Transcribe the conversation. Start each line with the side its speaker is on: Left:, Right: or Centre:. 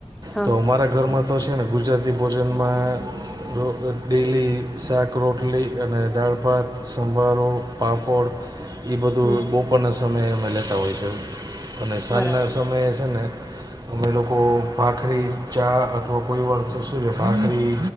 Centre: હા
Right: તો અમારા ઘરમાં તો છે ને ગુજરાતી ભોજનમાં તો ડેલી શાક રોટલી અને દાળ ભાત, સંભારો, પાપડ ઈ બધું
Centre: હમ
Right: બપોરના સમયે અમે લેતા હોય છે અને સાંજના
Centre: બરાબર
Right: સમયે છે ને અમે લોકો ભાખરી ચા અથવા કોઈ વાર શું સે ને ભાખરી